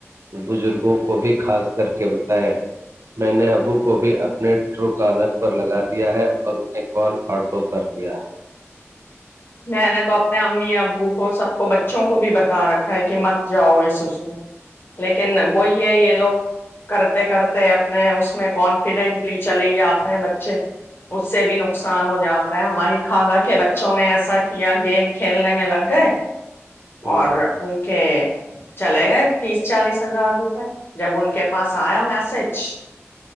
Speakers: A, on the right; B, on the left.
A: بزرگوں کو بھی خاص کر کے بتائے میں نے ابو کو بھی اپنے ٹرو کالر پر لگا دیا ہے اور کال آٹو کر دیا
B: میں نے تو اپنے امی ابو کو سب کو بچوں کو بھی بتا رکھا ہے کہ مت جاؤ اس اس میں لیکن وہی ہے یہ لوگ کرتے کرتے اپنے اس میں کانفیڈینٹلی چلے ہی جاتے ہیں بچے اس سے بھی نقصان ہو جاتا ہے ہماری خالق ہے بچوں نے ایسا ایسا کیا گیم کھیلنے میں لگ گئے
A: ہے
B: اور ان کے چلے گئے تیس چالیس ہزار روپئے جب ان کے پاس آیا میسج